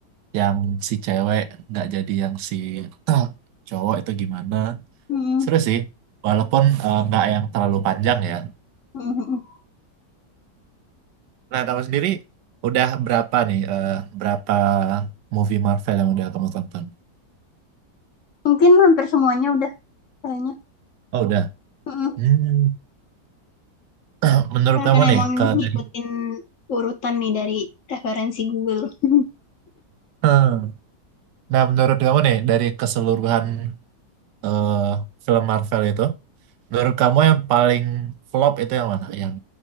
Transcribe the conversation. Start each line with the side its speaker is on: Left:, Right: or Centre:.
Right: yang si cewek nggak jadi yang si <clears throat> cowok itu gimana
Left: Mhm,
Right: seru sih walaupun eh, nggak yang terlalu panjang ya
Left: mhm.
Right: nah kamu sendiri udah berapa nih eh, berapa movie Marvel yang udah kamu tonton
Left: mungkin hampir semuanya udah kayaknya
Right: oh udah
Left: Mhm.
Right: Hmm. <clears throat> menurut
Left: karena
Right: kamu
Left: kan
Right: nih
Left: emang
Right: ke
Left: ngikutin
Right: dari <clears throat>
Left: urutan nih dari referensi Google <laughs>
Right: Hmm. nah menurut kamu nih dari keseluruhan eh, film Marvel itu Menurut kamu yang paling flop itu yang mana? Yang